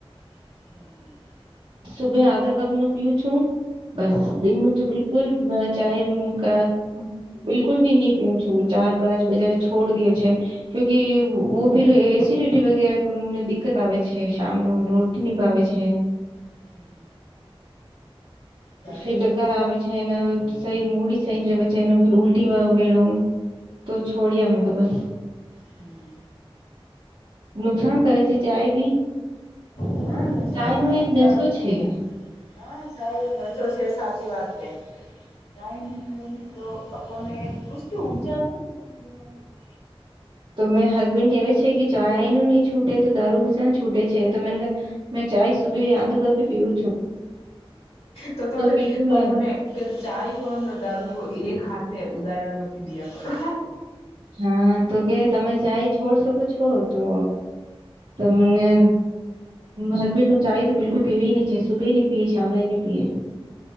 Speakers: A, on the left; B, on the right.
A: <inaudible>
B: સુભે આધા કપ નું પીું છું બસ દિનનું તો બિલકુલ ચાહે મુકા બિલકુલી નીપીઉં છું ચાર પાંચ બજા છોડ દયો છે કુકી વ ફર એ સિ રટી વગે ને દિક્કત આવે છે શમનું રોટી નનીભાવે છે.
A: હમ સાચી
B: ફિડ
A: વાત
B: ઘર આવે છે સહી મૂડી સહી રહે છે. જ ફર ઉલ્ટટી બેળન તો છડિયામાં તો બસ
A: હમ
B: નુકસાન કરે છે. ચાય બી
A: હા નુકસાન
B: ચાય
A: કરે
B: નો
A: ને
B: એક
A: જાય
B: નશો
A: તો
B: છે.
A: હા સાહેબ ન છો છે સાચી વાત બેન ચાય ની પીવાની તો આપણને ચસ્તી ઉપજ આવે ને ચાય પીવા માંથી તો
B: તો મેં હસબેન્ડ કહેવે છે કે ચાય નહીઈ છૂટે તો દારૂ કિસાન છૂટે છે તો મેન મેં ચાય સુભી યાધ કપી પીવુ
A: તો તને
B: બિલકુલ
A: તો
B: અ
A: મને ચાઈ રોને દારૂ એ ખા તે ઉદાહરણમાંથી દયા કરો
B: હા તો કે તમે ચાય છોડ શકો છો તો તમને હસબેન્ડ નું ચાાય તો બિલકુલ પીવેવી નહી છે સુબે ન પીએ શમે નહી પીએ